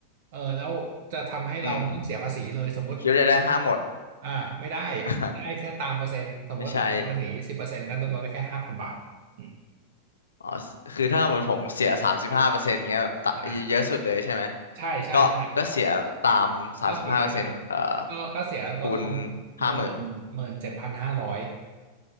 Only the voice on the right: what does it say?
เออแล้วจะทำให้เราไม่ต้องเสียภาษีเลยสมมติ
อ่าไม่ได้
ไม่ได้แค่ตามเปอร์เซ็นต์สมมติเราเสียภาษีสิบเปอร์เซ็นต์ก็ลดได้แค่ห้าพันบาทอืม
อ่าใช่ใช่ใช่
ก็เสียก็ก็เสียลดลง
หมื่นหมื่นเจ็ดพันห้าร้อย